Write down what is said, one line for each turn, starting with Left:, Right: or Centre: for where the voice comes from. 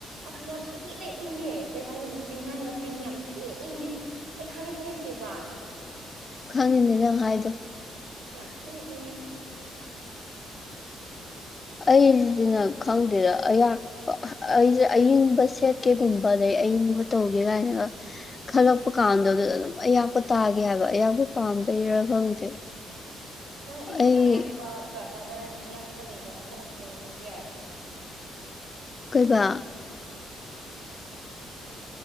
Right: ꯑ ꯌꯥꯝ ꯊꯤꯅ ꯏꯪꯉꯦ ꯀꯩ ꯍꯥꯏꯗꯣꯏꯅꯣ ꯄꯤꯡ ꯍꯥꯏꯔꯒ ꯄꯤꯡ ꯌꯥꯝ ꯊꯤꯅ ꯏꯪꯉꯦ꯫ ꯑꯩ ꯍꯥꯏꯕ ꯍꯩꯇꯦꯕ꯫
Left: ꯈꯪꯉꯤꯅꯦ ꯅꯪ ꯍꯥꯏꯗꯣ꯫
Right: ꯌꯥꯝ ꯊꯤꯅ ꯏꯪꯉꯤ꯫
Left: ꯑꯩꯖꯤꯅ ꯈꯪꯗꯦꯗ ꯑꯩꯌꯥꯛ ꯑꯩꯖꯦ ꯑꯌꯤꯡꯕ ꯁꯦꯠꯀꯦꯒꯨꯝꯕ ꯑꯗꯩ ꯑꯌꯤꯡꯕ ꯇꯧꯒꯦ ꯒꯥꯏꯅꯒ ꯈꯜꯂꯛꯄ ꯀꯥꯟꯗꯨꯗ ꯑꯗꯨꯝ ꯑꯌꯥꯛꯄ ꯇꯥꯒꯤ ꯍꯥꯏꯕ ꯑꯌꯥꯛꯄ ꯄꯥꯝꯕꯩꯔꯥ ꯈꯪꯗꯦ꯫ <inaudible>
Right: ꯅꯪ
Left: ꯑꯩ
Right: ꯏꯁꯣꯔꯅ ꯑꯌꯥꯛꯄꯒ ꯆꯥꯟꯅꯔꯅꯤ ꯑꯌꯥꯛꯄꯒ ꯂꯩꯔꯣꯅ ꯈꯜꯂꯛꯄ ꯑꯣꯏꯔꯝꯕꯁꯨ ꯌꯥꯏꯌꯦ꯫
Left: ꯀꯩꯕ꯫